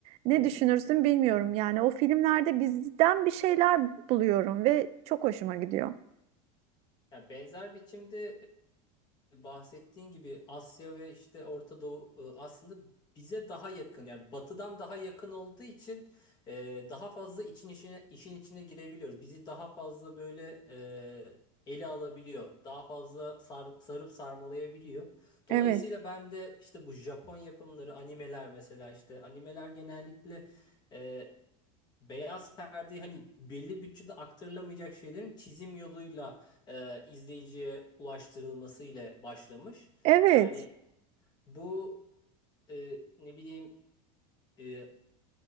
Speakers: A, on the right (about 35°); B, on the left (about 25°).
A: ne
B: Hı hı.
A: düşünürsün bilmiyorum. Yani o filmlerde bizden bir şeyler buluyorum ve çok hoşuma gidiyor.
B: Yani benzer biçimde bahsettiğin gibi Asya ve işte Orta Doğu e, aslında bize daha yakın yani batıdan daha yakın olduğu için e, daha fazla için işine, işin içine girebiliyoruz. Bizi daha fazla böyle e, ele alabiliyor. Daha fazla sar- sarıp sarmalayabiliyor. Dolayısıyla
A: Evet.
B: ben de işte bu Japon yapımları, animeler mesela işte animeler genellikle e, Beyaz perde hani belli bütçede aktarılamayacak şeylerin çizim yoluyla e, izleyiciye ulaştırılması ile başlamış.
A: Evet.
B: Yani bu e, ne bileyim e,